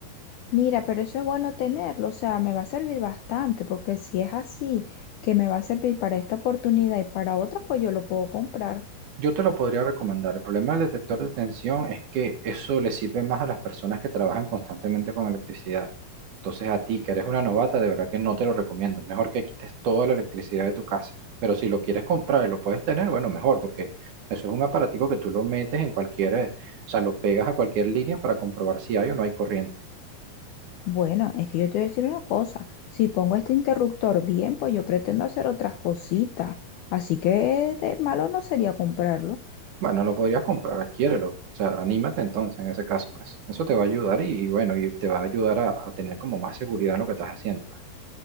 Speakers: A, on the left; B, on the right.
A: Mira, pero eso es bueno tenerlo, o sea, me va a servir bastante, porque si es así, que me va a servir para esta oportunidad y para otras, pues yo lo puedo comprar.
B: Yo te lo podría recomendar. El problema del detector de tensión es que eso le sirve más a las personas que trabajan constantemente con electricidad. Entonces a ti que eres una novata, de verdad que no te lo recomiendo. Mejor que quites toda la electricidad de tu casa. Pero si lo quieres comprar y lo puedes tener, bueno, mejor, porque eso es un aparatico que tú lo metes en cualquier, eh, o sea, lo pegas a cualquier línea para comprobar si hay o no hay corriente.
A: Bueno, es que yo te voy a decir una cosa, si pongo este interruptor bien, pues yo pretendo hacer otras cositas, así que de malo no sería comprarlo.
B: Bueno, lo podrías comprar, adquiérelo. O sea, anímate entonces en ese caso, pues. Eso te va a ayudar y, y bueno, y te va a ayudar a, a tener como más seguridad en lo que estás haciendo, pues.